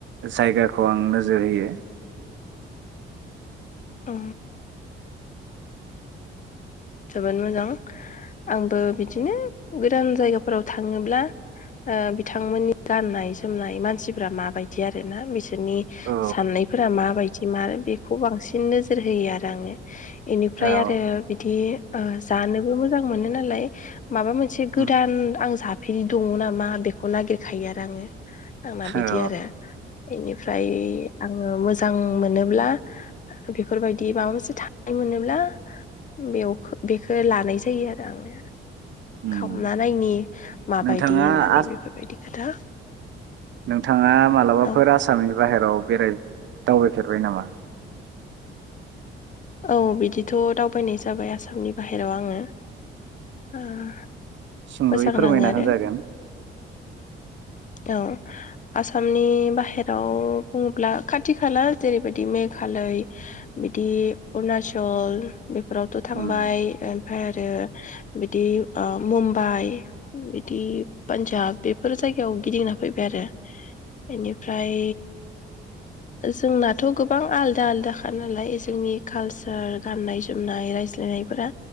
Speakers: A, on the right (about 65°); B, on the left (about 40°).
A: जायगाखौ आं नोजोर होयो।
B: औ। जोबोद मोजां आंबो बिदिनो गोदान जायगाफोराव थाङोब्ला ओ बिथांमोननि गाननाय जोमनाय मानसिफ्रा माबायदि आरोना बिसोरनि
A: औ
B: साननायफोरा माबायदि मार बेखौ बांसिन नोजोर होयो आरो आङो। एनिफ्राय
A: औ
B: आरो बिदि ओ जानोबो मोजां मोनो नालाय माबा मोनसे गोदान
A: उम
B: आं जाफेरि दङ नामा बेखौ नागिरखायो आरो आङो। आंना बिदि
A: औ
B: आरो बेनि ओमफ्राय आङो मोजां मोनोब्ला बेफोरबायदि माबा मोनसे थानाय मोनोब्ला बेयाव बेखौ लानाय जायो आरो आङो।
A: उम
B: खावना नायनि माबायदि
A: नोंथाङा
B: होननानै
A: आ
B: बेफोरबायदि खोथा।
A: नोंथाङा मालाबाफोर
B: औ
A: आसाम बाहेराव बेराय दावबायफेरबाय नामा?
B: औ बिदिथ‌' दावबायनाय जाबाय आसामनि बाहेरायाव आङो ओ
A: सुंद'यै
B: मोजां
A: फोरमायना
B: नाङो आरो
A: होजागोन।
B: औ आसामनि बाहेराव बुङोब्ला खाथि खाला जेरैबायदि मेघालय बिदि अरुनाचल बेफोरावथ' थांबाय
A: उम
B: ओमफ्राय आरो बिदि ओ मुम्बाइ बिदि पान्जाब बेफोर जायगा याव गिदिंना फैबाय आरो बेनिफ्राय जोंनाथ' गोबां आलदा आलदाखा नालाय जोंनि कालसार गाननाय जोमनाय रायज्लायनायफोरा।